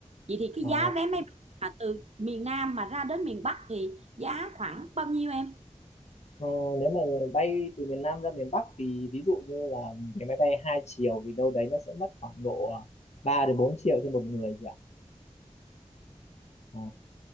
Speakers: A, on the right; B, on the left.
A: Vậy thì cái
B: Ờ,
A: giá vé máy bay mà từ miền Nam mà ra đến miền Bắc thì giá khoảng bao nhiêu em?
B: ờ, nếu mà bay từ miền Nam ra miền Bắc thì ví dụ như là cái máy bay hai chiều thì đâu đấy nó sẽ mất khoảng độ ờ, 3 đến 4 triệu trên một người chị ạ Ờ,